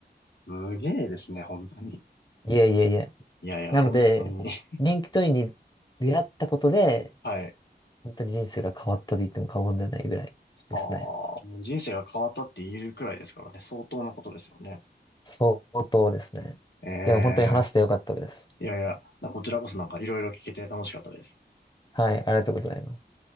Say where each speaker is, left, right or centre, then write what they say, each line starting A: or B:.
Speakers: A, on the left; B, on the left.
A: すげえですね、本当に。
B: いえいえいえ。
A: いやいや、
B: なので、
A: 本当に。<laughs>
B: LinkedIn に出会ったことで、
A: はい。
B: 本当に人生が変わったと言っても過言ではないぐらいですね。
A: ああ、もう人生が変わったって言えるくらいですからね、相当なことですよね。
B: 相当ですね。
A: ええ、
B: いや、本当に話してよかったです。
A: いやいや、なこちらこそなんかいろいろ聞けて楽しかったです。
B: はい、ありがとうございます。